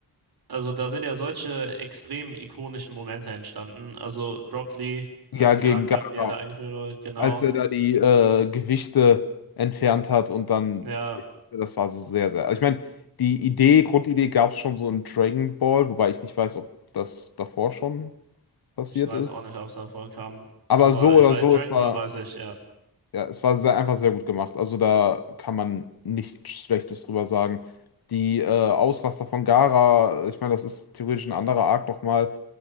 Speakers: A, on the right (about 80°); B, on the left (about 80°).
A: Also da sind ja solche extrem ikonischen Momente entstanden. Also Rock Lee als
B: Ja, gegen
A: Charakter,
B: Gaga,
A: wie er da eingeführt wurde, genau.
B: als er da die äh, Gewichte entfernt hat und dann,
A: Ja,
B: das war so sehr, sehr. Also ich meine, die Idee, Grundidee gab es schon so in Dragon Ball, wobei ich nicht weiß, ob das davor schon passiert
A: ich weiß
B: ist.
A: auch nicht, ob es da vorkam.
B: Aber
A: Aber
B: so oder
A: ich war
B: so,
A: in Dragon
B: es war,
A: Ball, weiß ich, ja.
B: ja, es war sehr, einfach sehr gut gemacht. Also da kann man nichts Schlechtes drüber sagen. Die äh, Ausraster von Gaara, ich meine, das ist theoretisch ein anderer Arc nochmal.